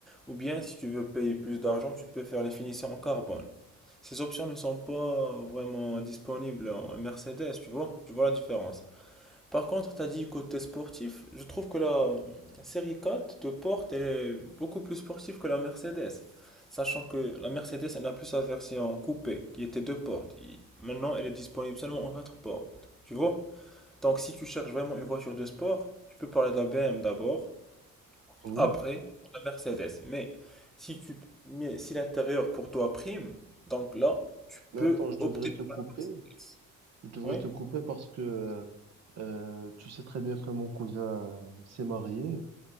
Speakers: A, in the centre; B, on the right (about 60°).
A: Ou bien, si tu veux payer plus d'argent, tu peux faire les finitions en carbone. Ces options ne sont pas vraiment disponibles en Mercedes, tu vois? Tu vois la différence? Par contre, tu as dit côté sportif, je trouve que la série 4 de Porte elle est beaucoup plus sportive que la Mercedes. Sachant que la Mercedes, elle n'a plus sa version coupée, qui était deux portes. Il- Maintenant, elle est disponible seulement en quatre portes. Tu vois? Donc, si tu cherches vraiment une voiture de sport, tu peux parler de la BMW d'abord,
B: Oui.
A: après la Mercedes. Mais si tu, mais si l'intérieur pour toi prime, donc là, tu
B: Mais
A: peux
B: attends, je devrais
A: opter
B: te couper.
A: pour la Mercedes.
B: Je devrais
A: Oui?
B: te couper parce que euh, euh, tu sais très bien que mon cousin s'est marié